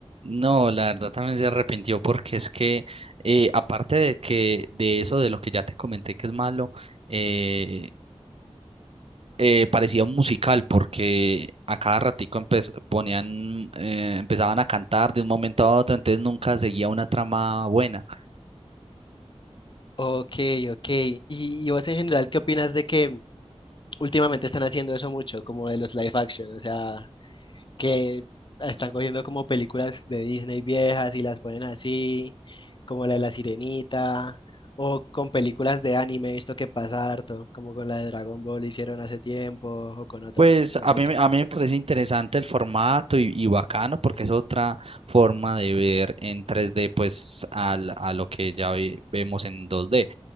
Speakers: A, on the right; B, on the left.
A: No, la verdad también se arrepintió porque es que eh, aparte de que de eso, de lo que ya te comenté que es malo, eh, eh, parecía un musical porque a cada ratico empe- ponían, eh, empezaban a cantar de un momento a otro, entonces nunca seguía una trama buena.
B: Ok, ok. ¿Y, y vos en general qué opinas de que últimamente están haciendo eso mucho, como de los live action? O sea, que están cogiendo como películas de Disney viejas y las ponen así, como la de La Sirenita, o con películas de anime, he visto que pasa harto, como con la de Dragon Ball hicieron hace tiempo, o con otras,
A: Pues
B: no
A: a
B: sé
A: mí,
B: qué.
A: me- a mí me parece interesante el formato y, y bacano porque es otra forma de ver en tres d pues al- a lo que ya ve- vemos en dos d